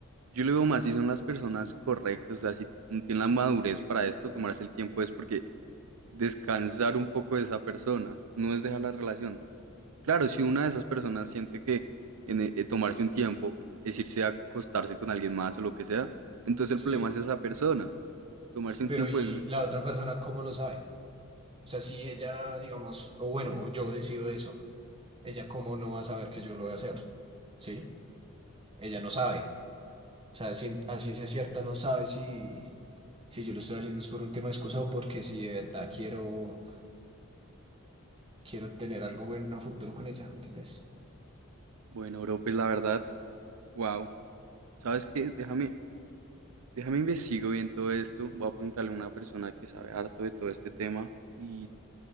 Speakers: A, on the right; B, on the right.
A: yo lo veo más si son las personas correctas, o sea, si no tienen la madurez para esto, tomarse el tiempo es porque descansar un poco de esa persona, no es dejar la relación. Claro, si una de esas personas siente que en, eh, tomarse un tiempo es irse a acostarse con alguien más o lo que sea, entonces el problema
B: Sí.
A: es esa persona. Tomarse un
B: Pero
A: tiempo
B: ¿y
A: es,
B: la otra persona cómo lo sabe? O sea, si ella, digamos, o bueno, o yo decido eso, ella cómo no va a saber que yo lo voy a hacer. ¿Sí? Ella no sabe. O sea, cien- a ciencia cierta no sabe si, si yo lo estoy haciendo es por un tema de excusa o porque si de verdad quiero, quiero tener algo bueno a futuro con ella. ¿me ¿Entendés?
A: bueno, bro, pues la verdad, wow, ¿sabes qué? Déjame Déjame investigo bien todo esto. Voy a preguntarle a una persona que sabe harto de todo este tema y,